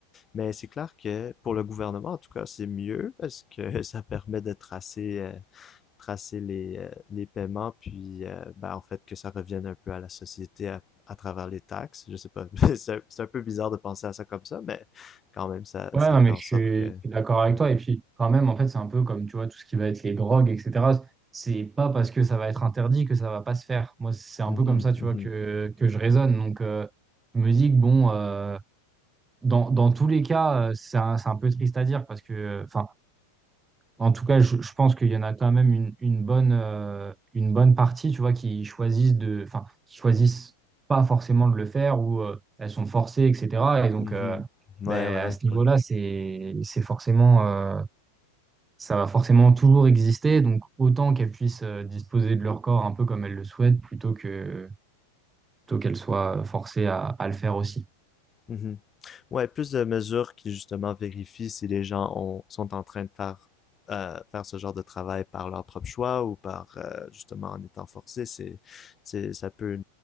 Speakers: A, on the left; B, on the right.
A: mais c'est clair que pour le gouvernement, en tout cas, c'est mieux parce que <laughs> ça permet de tracer, euh, tracer les, euh, les paiements, puis euh, ben, en fait que ça revienne un peu à la société à, à travers les taxes. Je sais pas, <laughs> c'est un, c'est un peu bizarre de penser à ça comme ça, mais quand même, ça,
B: Ouais,
A: ça
B: non,
A: fait
B: mais
A: en
B: je
A: sorte
B: suis,
A: que...
B: je suis d'accord avec
A: Ouais.
B: toi. Et puis, quand même, en fait, c'est un peu comme, tu vois, tout ce qui va être les drogues, etc. C'est pas parce que ça va être interdit que ça va pas se faire. Moi, c'est un
A: Mhm,
B: peu comme ça, tu
A: mhm,
B: vois, que, que je raisonne. Donc, euh, je me dis que, bon, euh, dans, dans tous les cas, euh, c'est un, c'est un peu triste à dire parce que, enfin, En tout cas, je, je pense qu'il y en a quand même une, une bonne, euh, une bonne partie, tu vois, qui choisissent de, enfin, qui choisissent pas forcément de le faire ou euh, elles sont forcées, etc. Et donc,
A: mhm.
B: euh,
A: Ouais,
B: ben,
A: ouais,
B: à
A: ouais,
B: ce niveau-là,
A: ouais.
B: c'est, c'est forcément, euh, ça va forcément toujours exister. Donc, autant qu'elles puissent euh, disposer de leur corps un peu comme elles le souhaitent, plutôt que, plutôt qu'elles soient forcées à, à le faire aussi.
A: Mhm. Ouais, plus de mesures qui justement vérifient si les gens ont, sont en train de faire, euh, faire ce genre de travail par leur propre choix ou par euh, justement en étant forcés, c'est, c'est, ça peut,